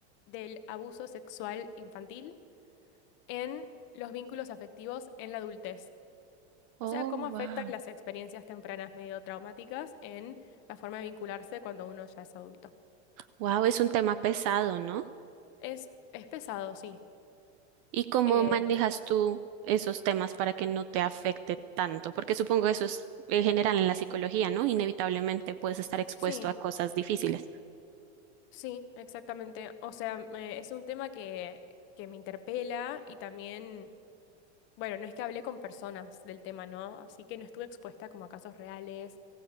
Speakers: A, on the left; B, on the right.
A: del abuso sexual infantil en los vínculos afectivos en la adultez. O
B: Oh,
A: sea, ¿cómo afectan
B: wow.
A: las experiencias tempranas medio traumáticas en la forma de vincularse cuando uno ya es adulto?
B: Wow, es un tema pesado, ¿no?
A: Es, es pesado, sí.
B: ¿Y cómo
A: Eh,
B: manejas tú esos temas para que no te afecte tanto? Porque supongo eso es eh, general en la psicología, ¿no? Inevitablemente puedes estar expuesto
A: sí,
B: a cosas difíciles.
A: sí, exactamente. O sea, me- es un tema que, que me interpela y también, bueno, no es que hablé con personas del tema, ¿no? Así que no estuve expuesta como a casos reales.